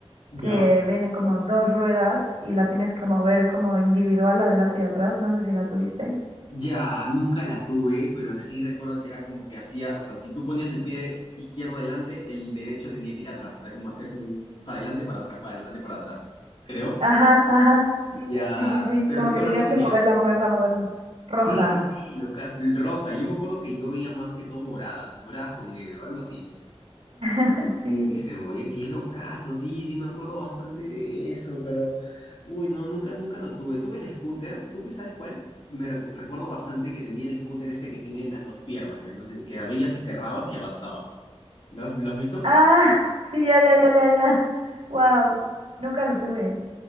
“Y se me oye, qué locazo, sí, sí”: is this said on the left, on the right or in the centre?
Left